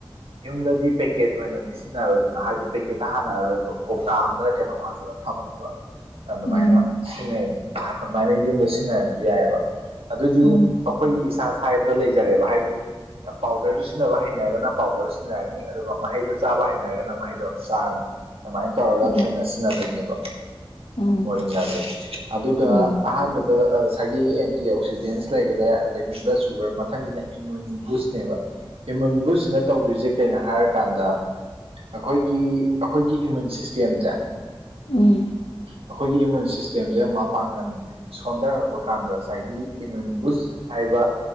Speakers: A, on the right (about 85°); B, on the left (about 85°).
A: ꯌꯨꯝꯗꯗꯤ ꯄꯦꯀꯦꯠ ꯑꯣꯏꯅꯗꯤ ꯁꯤꯖꯤꯟꯅꯔꯣꯏꯗꯅ ꯍꯥꯏꯗꯤ ꯄꯦꯀꯦꯠꯇ ꯍꯥꯜꯂꯛꯑꯔꯣꯏꯕ ꯀꯣꯛꯇꯥ ꯑꯃꯗꯅ ꯀꯩꯅꯣꯝ ꯍꯥꯟꯖꯜꯂ ꯊꯃꯅꯦꯕ ꯑꯗꯨꯃꯥꯏꯅ
B: ꯎꯝ
A: ꯁꯤꯟꯅꯩ ꯑꯗꯨꯃꯥꯏꯅ ꯌꯨꯝꯗ ꯁꯤꯖꯤꯟꯅꯔꯁꯨ ꯌꯥꯏꯑꯕ ꯑꯗꯨꯗꯤ
B: ꯎꯝ
A: ꯑꯩꯈꯣꯏꯒꯤ ꯏꯁꯥ ꯏꯁꯥꯏ ꯌꯨꯝꯗ ꯂꯩꯖꯔꯦꯕ ꯍꯥꯏꯗꯤ ꯄꯥꯎꯗꯔꯗꯨ ꯁꯤꯖꯤꯟꯅꯕ ꯍꯩꯅꯔꯒꯅ ꯄꯥꯎꯗꯔ ꯁꯤꯟꯅꯔꯅꯤ ꯑꯗꯨꯒ ꯃꯍꯩꯗꯣ ꯆꯥꯕ ꯍꯩꯅꯔꯒꯅ ꯃꯍꯩꯗꯣ ꯑꯗꯨꯝ ꯆꯥꯔꯅꯤ ꯑꯗꯨꯃꯥꯏꯅ ꯇꯧꯔꯒ ꯑꯩꯈꯣꯏꯅ
B: ꯎꯝ
A: ꯁꯤꯖꯤꯟꯅꯗꯣꯏꯅꯦꯕ
B: ꯎꯝ
A: ꯃꯣꯔꯤꯡꯒꯥꯖꯦ ꯑꯗꯨꯒ
B: ꯎꯝ
A: ꯑꯍꯥꯟꯕꯗ ꯑꯁ ꯉꯁꯥꯏꯒꯤ ꯑꯦꯟꯇꯤ ꯑꯣꯛꯁꯤꯖꯦꯟꯁ ꯂꯩꯈꯔꯦ ꯑꯗꯒꯤ ꯕ꯭ꯂꯗꯁ ꯁꯨꯒꯔ ꯃꯊꯪꯁꯤꯅ ꯏꯃꯨꯟ ꯕꯨꯁꯅꯦꯕ ꯏꯃꯨꯟ ꯕꯨꯁꯁꯤꯅ ꯇꯧꯗꯣꯏꯁꯦ ꯀꯩꯅꯣ ꯍꯥꯏꯔꯀꯥꯟꯗ ꯑꯩꯈꯣꯏꯒꯤ ꯑꯩꯈꯣꯏꯒꯤ ꯏꯃꯨꯟ ꯁꯤꯁꯇꯦꯝꯁꯦ
B: ꯎꯝ
A: ꯑꯩꯈꯣꯏꯒꯤ ꯏꯃꯨꯟ ꯁꯤꯁꯇꯦꯝꯁꯦ ꯃꯄꯥꯡꯒꯜ ꯁꯣꯟꯊꯔꯛꯄ ꯀꯥꯟꯗ ꯉꯁꯥꯏꯒꯤ ꯏꯃꯨꯟ ꯕꯨꯁ ꯍꯥꯏꯕ